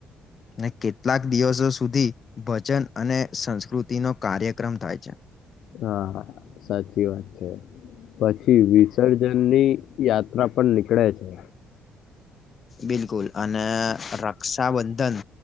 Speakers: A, on the left; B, on the left.
A: અનેને કેટલાક દિવસો સુધી ભજન અને સંસ્કૃતિનો કાર્યક્રમ થાય છે.
B: હા સાચી વાત છે. પછી વિસર્જન ની યાત્રા પણ નીકળે છે.
A: બિલકુલ અને રક્ષાબંધન